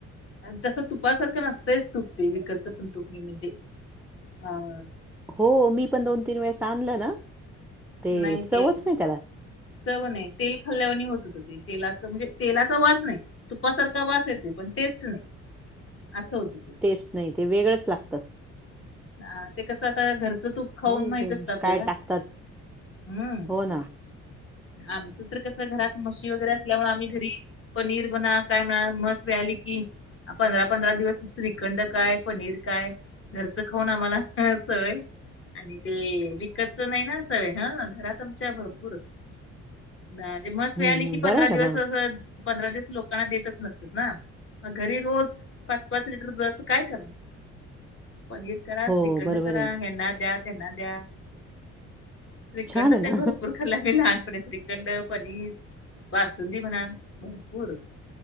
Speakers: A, on the left; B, in the centre.
A: तसं तुपासारखं नसतंच तुपते विकतचं पण तुप म्हणजे. हा.
B: हो मी पण दोन-तीन वेळेस आणलं ना ते
A: नाही
B: चवच
A: ते
B: नाही त्याला.
A: चव नाही तेल खाल्ल्या वाणी होत ते. तेलाच म्हणजे तेलाचा वास नाही तुपासारखा वास येतोय पण टेस्ट नाही. असं होत. ते
B: टेस्ट नाही ते वेगळंच लागतं.
A: ह ते कसं आता घरचं तूप खाऊन
B: काय
A: माहित
B: बाई
A: असत आपल्याला,
B: काय टाकतात
A: हम्म.
B: हो ना
A: आमचं तर कसं घरात म्हशी वगैरे असल्यामुळे आम्ही घरी पनीर म्हणा काय म्हणा म्हस व्याली की पंधरा-पंधरा दिवस श्रीखंड काय, पनीर काय घरच खाऊन आम्हाला सवय आणि ते विकतच नाही ना सवय हा घरात आमच्या भरपूर. हा ते म्हस
B: हम्म
A: व्याली ली
B: हम्म
A: की पंधरा
B: बरं आहे ना
A: दिवस
B: मग.
A: अस पंधरा दिवस लोकांना देतच नसतात ना. घरी रोज पाच-पाच लिटर दुधाच काय करणार. पनीर करा,
B: हो
A: श्रीकंड
B: बरोबर
A: करा
B: आहे
A: हेना द्या, त्यांना द्या. श्रीखंड
B: छान आहे ना
A: येन भरपू खाल्ल की लहानपणी श्रीखंड, पनीर, बासुंदी म्हणा भरपूर.